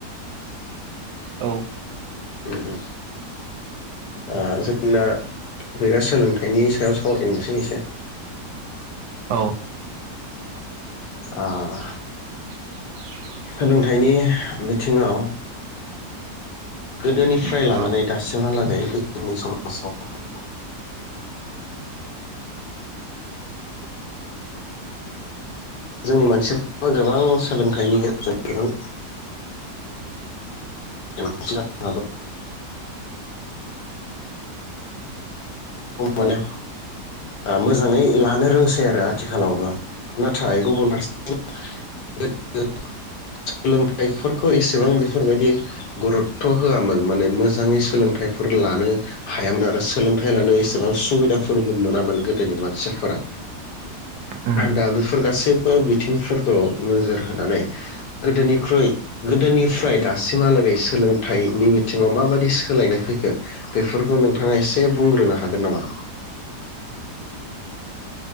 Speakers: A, on the right; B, on the left.
A: औ
B: ओम ओम ओ जोंना टपिकआ सोलोंथाइनि सायाव सावरायनोसै एसे।
A: औ
B: आह
A: <unintelligible>
B: सोलोंथाइनि बिथिङाव गोदोनिफ्राय लानानै
A: औ
B: दासिमहालागै जोंनि समाजाव <unintelligible> जोंनि मानसिफ्राब गोबां सोलोंथाइनि गेजेरजों <unintelligible> माने मोजाङै लानो रोंसै आरो आथिखालावबो। नाथाय गुबुन फारसेथिं <unintelligible> सोलोंथाइफोरखौ एसेबां बेफोरबायदि गुरुत्थ' होआमोन माने मोज मोजाङै सोलोंथाइफोर लानो हायामोन आरो सोलोंथाइ लानो एसेबां सुबिदाफोरबो मोनामोन गोदोनि मानसिफोरा।
A: उम
B: दा बेफोर गासैबो बिथिंफोरखौ नोजोर होनानै गोदोनिख्रुइ गोदोनिफ्राय दासिमहालागै सोलोंथाइनि बिथिङाव माबायदि सोलायनाय फैखो बेफोरखौ नोंथाङा एसे बुंग्रोनो हागोन नामा?